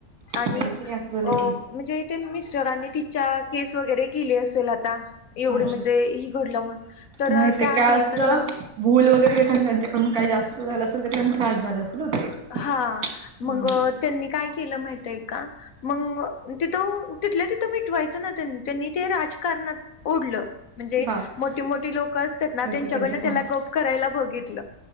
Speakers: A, on the left; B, on the right.
A: आणि
B: आईचे असं झालं
A: अ
B: की
A: म्हणजे ते मिस्टरांनी तिच्या केस वगैरे केली असेल आता? एवढं
B: अच्छा
A: म्हणजे ही घडलं म्हण, तर
B: नाही
A: त्या
B: ते काय
A: डॉक्टरनं
B: असतं भूल वगैरे देताना त्यांच्याकडून काही जास्त झालं असेल, तर त्यांना त्रास झाला असेल ना ते.
A: हा
B: हम्म
A: मग त्यांनी काय केलं माहितय काय? मग तिथं तिथल्या तिथं मिटवायचं ना, त्यांनी त्यांनी ते राजकारणात उडलं म्हणजे
B: बाप
A: मोठी-मोठी लोक असतात ना
B: लोक
A: त्यांच्याकडनं
B: त्यांच्यात
A: त्याला
B: हा
A: गप करायला बघितलं.